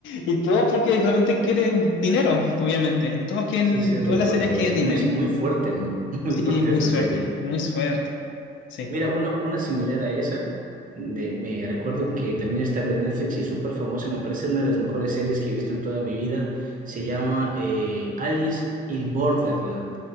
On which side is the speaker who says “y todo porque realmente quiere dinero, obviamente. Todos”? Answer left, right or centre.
Left